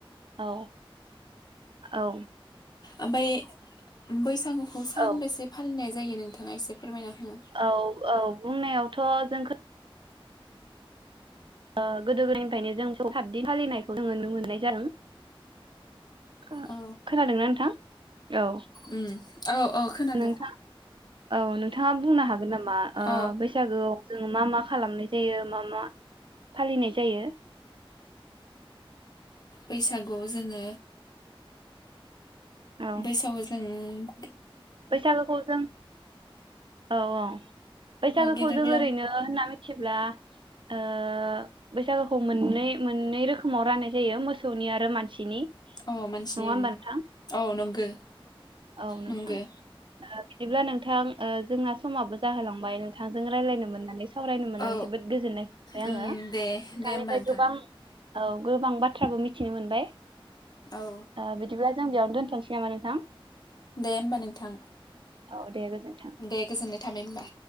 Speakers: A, on the right; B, on the left.
A: औ औ
B: ओमफ्राय बैसागु खौ सान
A: औ
B: बोसे फालिनाय जायो नोंथाङा एसे फोरमायना हो
A: औ औ बुंनायावथ जोंखो गोदो गोदायनिफ्रायनो जोंखौ सातदिन फालिनायखौ जोङो नुनो मोननाय जादों खो
B: औ
A: खोनादोंना नोंथां औ
B: उम औ औ खोनादों
A: नोंथां औ नों नोंथाङा बुंनो हागोन नामा
B: अ
A: बैसागोआव जों मा मा खालामनाय जायो मा मा फालिनाय जायो
B: बैसागुआव जोङो
A: औ
B: बैसागाव जों उम
A: बैसागोखौ जों औ औ बैसागोखौ
B: अ गेदेर
A: जों
B: गोलाव
A: ओरैनो होनना मिथि थियोब्ला ओ बैसागोखौ मोननै मोननै रोखोमाव राननाय जायो मोसौनि आरो मानसिनि
B: औ मानसिनि
A: नङा होमबा
B: उम
A: नोंथां
B: औ नंगो
A: औ नोंथां
B: नंगो
A: बिदिब्ला नोंथां ओ जोंना समाबो जाहोलांबाय नोंथांजों रायलायनो मोननानै सावरायनो मोननानै
B: औ
A: जोबोद गोजोननाय थाबाय
B: उम
A: आङो नोंथांनिफ्राय
B: दे दे होमबा नोंथां
A: गोबां औ गोबां बाथ्राबो मिथिनो मोनबाय
B: औ
A: ओ बिदिब्ला जों बिमानो दो थसै नामा नोंथां
B: दे होमबा नोंथां
A: औ दे गोजोन्थों
B: दे गोजोन्नाय थाबाय होनबा